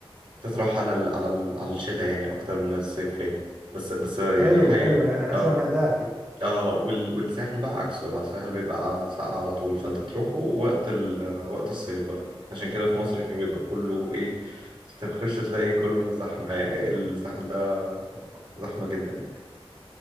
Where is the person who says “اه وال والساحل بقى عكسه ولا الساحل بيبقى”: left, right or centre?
Right